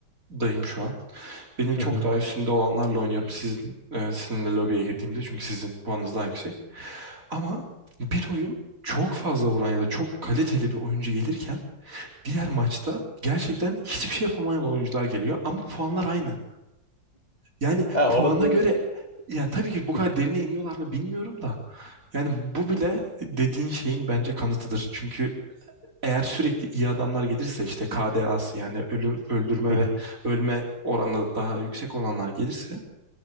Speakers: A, on the right (about 40°); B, on the left (about 20°).
A: kdayım şu an. Benim çok
B: Hı hı.
A: daha üstünde olanlarla oynuyorum sizin e, sizinle lobiye girdiğimde çünkü sizin puanınız daha yüksek. Ama bir oyun çok fazla vuran ya da çok kaliteli bir oyuncu gelirken diğer maçta gerçekten hiçbir şey yapamayan oyuncular geliyor ama puanlar aynı. Yani
B: Ya
A: puana
B: orada
A: göre ya tabii ki
B: <laughs>
A: bu kadar derine iniyorlar mı bilmiyorum da yani bu bile dediğin şeyin bence kanıtıdır. Çünkü eğer sürekli iyi adamlar gelirse işte KDA'sı yani ölüm, öldürme
B: Hı
A: ve
B: hı.
A: ölme oranı daha yüksek olanlar gelirse